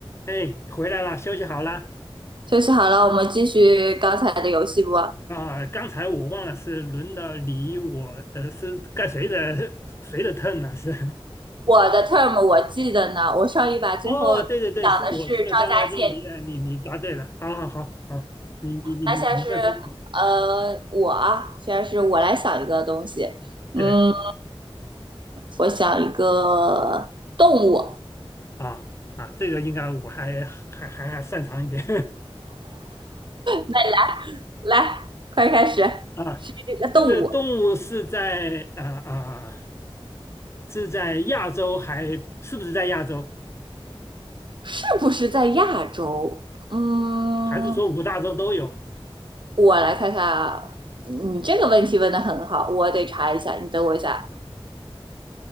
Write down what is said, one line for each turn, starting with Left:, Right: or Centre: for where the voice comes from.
Left: 哎，回来了，休息好了
Right: 休息好了，我们继续刚才的游戏不？
Left: 啊！刚才我忘了是轮到你我，呃，是该谁的谁的 turn 呢？是
Right: 我的 term 我记得呢，我上一把最后讲的是张家界，
Left: <laughs> 哦，对对对，是我出了张家界，你呃你你答对了，好好好好，你你你你你再说，
Right: 那现在是呃我啊，现在是我来想一个东西，嗯，
Left: 对
Right: 我想一个动物，
Left: 啊啊，这个应该我还还还还擅长一点
Right: 那来，快开始，
Left: <laughs> 啊。
Right: 是这个动物
Left: 这个动物是在啊啊、是在亚洲还是不是在亚洲？
Right: 是不是在亚洲？嗯，
Left: 还是说五大洲都有？
Right: 我来看看啊，你这个问题问的很好，我得查一下，你等我一下啊。